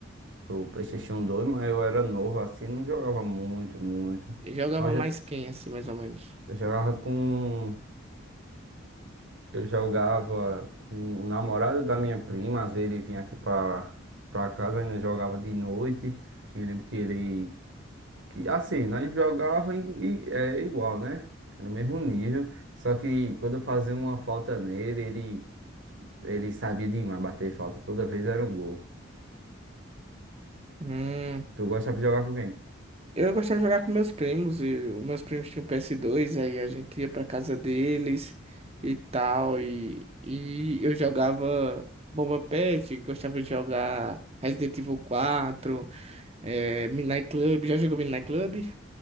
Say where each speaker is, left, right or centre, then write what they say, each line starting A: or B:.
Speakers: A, on the right; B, on the right.
A: do PlayStation dois mas eu era novo assim, não jogava muito, muito.
B: Jogava
A: Mas
B: mais
A: eu,
B: quem, assim, mais ou menos?
A: eu jogava com. Eu jogava com o namorado da minha prima, às vezes ele vinha aqui pra, pra casa, ainda jogava de noite. Me lembro que ele. Que, assim, nós jogava em- e- é igual, né? Era o mesmo nível. Só que quando eu fazia uma falta nele, ele, ele sabia demais bater falta. Toda vez era um gol.
B: Hum,
A: Tu gostava de jogar com quem?
B: eu gostava de jogar com meus primos, e os meus primos tinham ps dois, aí a gente ia pra casa deles e tal, e, e eu jogava Bomba Patch, gostava de jogar Resident Evil quatro, eh, Midnight Club, já jogou Midnight Club?